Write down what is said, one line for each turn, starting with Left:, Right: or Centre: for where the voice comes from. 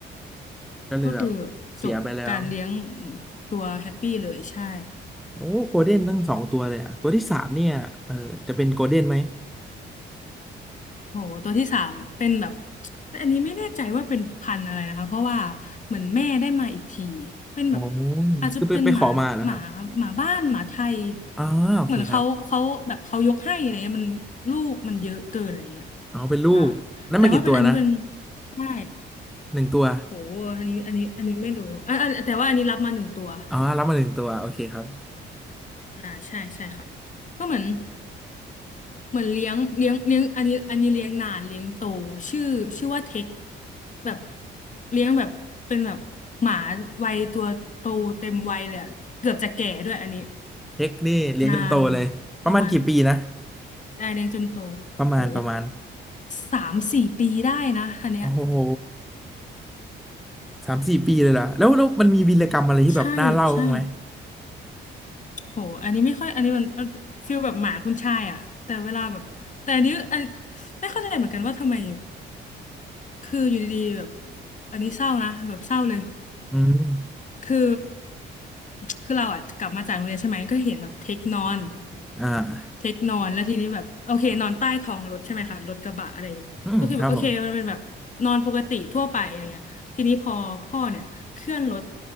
Centre: ก็เลยแบบเสียไปแล้ว
Left: ก็คือจบการเลี้ยงตัวแฮปปี้เลยใช่
Centre: โอ้โกลเด้นตั้งสองตัวเลยอ่ะตัวที่สามเนี่ยเออจะเป็นโกลเด้นไหม
Left: โหตัวที่สามเป็นแบบอันนี้ไม่แน่ใจว่าเป็นพันธุ์อะไรนะคะเพราะว่าเหมือนแม่ได้มาอีกทีเป็นแบบ
Centre: อ๋อ
Left: อาจจะเป็นหมาแบบหมาหมาบ้านหมาไทย
Centre: คือไปไปขอมานะครับอ๋อโอเคครับ
Left: เหมือนเขาเขาแบบเขายกให้อะไรเงี้ยมันลูกมันเยอะเกินอะไรเงี้ย
Centre: อ๋อเป็นลูกนั่นมากี่ตัวนะ
Left: อ่าแต่ว่าเป็นอันนี้เป็นใช่
Centre: หนึ่งตัว
Left: โหอันนี้อันนี้อันนี้ไม่รู้อ่าแต่ว่าอันนี้รับมาหนึ่งตัว
Centre: อ๋อรับมาหนึ่งตัวโอเคครับ
Left: อ่าใช่ใช่ค่ะก็เหมือน เหมือนเลี้ยงเลี้ยงเลี้ยงอันนี้อันนี้เลี้ยงนานเลี้ยงโตชื่อชื่อว่าเทคแบบเลี้ยงแบบเป็นแบบหมาวัยตัวโตเต็มวัยเลยอะเกือบจะแก่ด้วยอันนี้
Centre: เฮกนี่เลี้ยงจนโตเลยประมาณกี่ปีนะ
Left: นานประมาณได้เลี้ยงจนโต
Centre: ประมาณประมาณ
Left: โหสามสี่ปีได้นะอันเนี้ย
Centre: โอ้โหสามสี่ปีเลยล่ะแล้วแล้วมันมีวีรกรรมอะไรที่แบบน่าเล่าบ้างไหม
Left: ใช่ใช่โหอันนี้ไม่ค่อยอันนี้มันมันฟีลแบบหมาคุณชายอะแต่เวลาแบบแต่อันนี้อันไม่เข้าใจเหมือนกันว่าทำไมคืออยู่ดีๆแบบอันนี้เศร้านะแบบเศร้าเลย
Centre: อืม
Left: คือคือเราอ่ะกลับมาจากโรงเรียนใช่ไหมก็เห็นแบบเทคนอน
Centre: อ่า
Left: เทคนอนแล้วทีนี้แบบโอเคนอนใต้ท้องรถใช่ไหมคะรถกระบะอะไรอย่างเงี้ยก็คือแบบโอเคมันเป็นแบบนอนปกติทั่วไปอะไรเงี้ยทีนี้พอพ่อเนี่ยเคลื่อนรถ
Centre: อืมครับผม